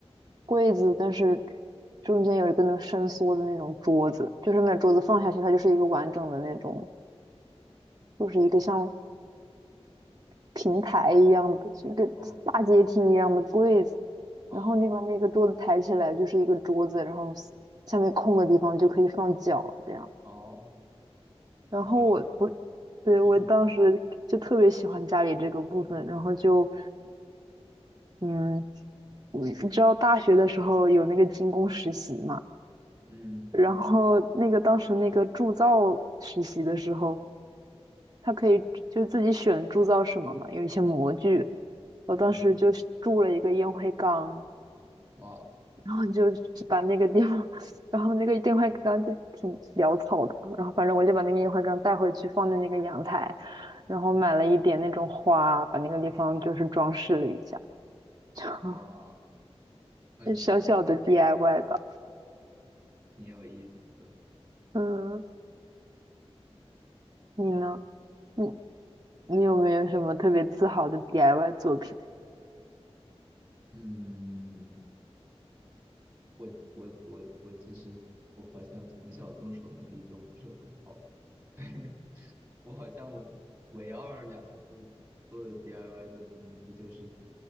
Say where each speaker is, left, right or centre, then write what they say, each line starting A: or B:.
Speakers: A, on the right; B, on the right.
A: 柜子，但是中间有一个能伸缩的那种桌子，就是那桌子放下去它就是一个完整的那种，就是一个像平台一样的，就跟大阶梯一样的柜子，
B: 哦哦，
A: 然后你把那个桌子抬起来就是一个桌子，然后下面空的地方就可以放脚这样。
B: 哦，
A: 然后我我
B: 好神奇，
A: 对我当时就特别喜欢家里这个部分，
B: <laughs>
A: 然后就嗯，你知道大学的时候有那个精工实习嘛，
B: 嗯
A: 然后那个当时那个铸造实习的时候，他可以就自己选铸造什么嘛，有一些模具。我当时就是铸了一个烟灰缸，
B: 嗯，哇
A: 然后你就去把那个地方，<laughs> 然后那个电话缸就挺潦草的，然后反正我就把那个电饭缸带回去放在那个阳台，然后买了一点那种花，把那个地方就是装饰了一下，<laughs>
B: 哇，很好，
A: 就小小的 DIY 吧。
B: 挺有意思的。
A: 嗯，你呢？你你有没有什么特别自豪的 DIY 作品？
B: 嗯，我我我我其实我好像从小动手能力就不是很好，<laughs> 对，我好像唯二两次做的 DIY 的东西就是